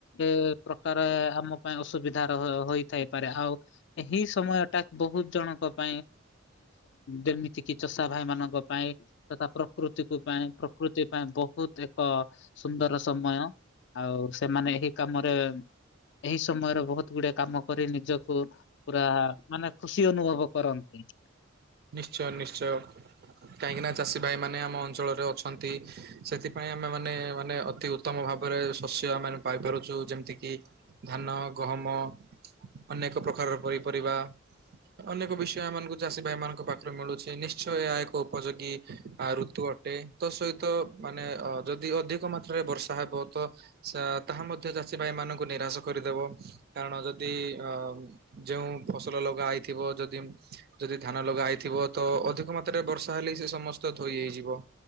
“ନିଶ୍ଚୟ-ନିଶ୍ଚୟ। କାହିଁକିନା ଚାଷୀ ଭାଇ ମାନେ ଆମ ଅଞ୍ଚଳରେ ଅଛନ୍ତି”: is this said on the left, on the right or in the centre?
Right